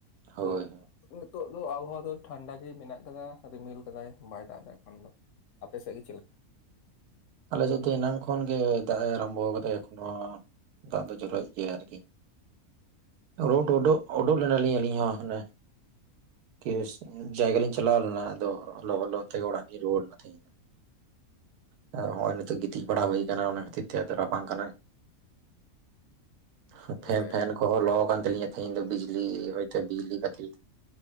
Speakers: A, on the right; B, on the left.
A: ᱦᱳᱭ
B: ᱛᱚ ᱾
A: ᱦᱳᱭ
B: ᱱᱤᱛᱚᱜ ᱫᱚ ᱟᱵᱽᱦᱟᱣᱟ ᱫᱚ ᱴᱷᱟᱱᱰᱟ ᱜᱮ ᱢᱮᱱᱟᱜ ᱠᱟᱫᱟ, ᱨᱤᱢᱤᱞᱼᱼ ᱠᱟᱫᱟᱭ ᱵᱟᱭ ᱫᱟᱜ ᱫᱟ ᱮᱠᱷᱚᱱ ᱫᱚ, ᱟᱯᱮᱥᱮᱫ ᱜᱮ ᱪᱮᱫ ᱞᱮᱠᱟ?
A: ᱟᱞᱮ ᱥᱮᱫ ᱫᱚ ᱮᱱᱟᱝ ᱠᱷᱚᱱ ᱜᱮ ᱫᱟᱜ ᱮ ᱟᱨᱟᱢᱵᱚ ᱠᱟᱫᱟ ᱮᱠᱷᱱᱚ ᱾ ᱫᱟᱜ ᱫᱚ ᱡᱚᱨᱚᱭᱮᱫ ᱜᱮᱭᱟ ᱟᱨᱠᱤ ᱾ ᱨᱳᱰ ᱚᱰᱚ ᱰᱳ ᱚᱰᱳᱠ ᱞᱮᱱᱟᱞᱤᱧ ᱟᱞᱤᱧ ᱦᱚᱸ ᱦᱮᱼᱼ ᱠᱮᱥ, ᱡᱟᱭᱜᱟ ᱞᱤᱧ ᱪᱟᱞᱟᱣ ᱞᱮᱱᱟ ᱟᱫᱚ ᱞᱚᱦᱚᱫ ᱞᱚᱦᱚᱫ ᱛᱮᱜᱮ ᱚᱲᱟᱜ ᱞᱤᱧ ᱨᱩᱣᱟᱹᱲ ᱮᱱᱟ ᱛᱮᱦᱮᱧ ᱾ ᱱᱚᱸᱜᱼᱚᱭ ᱱᱤᱛᱚᱜ ᱜᱤᱛᱤᱡ ᱵᱟᱲᱟ ᱦᱩᱭ ᱠᱟᱱᱟ, ᱚᱱᱟ ᱠᱷᱟᱹᱛᱤᱨ ᱛᱮ ᱟᱫᱚ ᱨᱟᱵᱟᱝ ᱠᱟᱱᱟ ᱾
B: ᱦᱩᱸ
A: ᱯᱷᱮᱱ,
B: ᱡᱟᱭᱦᱳᱠ
A: ᱯᱷᱮᱱ ᱠᱚᱦᱚᱸ ᱞᱚ ᱟᱠᱟᱱ ᱛᱟᱞᱤᱧᱟ ᱛᱮᱦᱤᱧ ᱫᱚ ᱵᱤᱡᱽᱞᱤ ᱨᱮᱭᱼᱼ ᱛᱮ ᱵᱤᱡᱽᱞᱤ ᱠᱷᱟᱹᱛᱤᱨ,